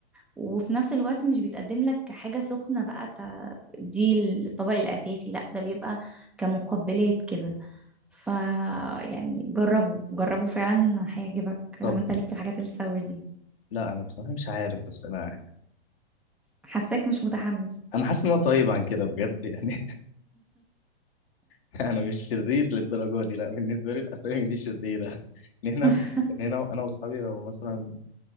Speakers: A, in the centre; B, on the left (about 65°).
A: وفي نفس الوقت مش بيتقدم لك حاجة سخنة بقى ت- دي الطبق الأساسي لا ده بيبقى كمقبلات كده ف يعني جربوا جربوا فعلا هيعجبك
B: طب
A: لو انت ليك في الحاجات الساور دي
B: لا انا بصراحه مش عارف بس انا
A: حاساك مش متحمس
B: انا حاسس ان انا طيب عن كده بجد يعني <laughs> انا مش شرير للدرجه دي لا بالنسبه لي الاسامي دي شريره <laughs> ان احنا
A: <laughs>
B: يعني انا انا واصحابي لو مثلا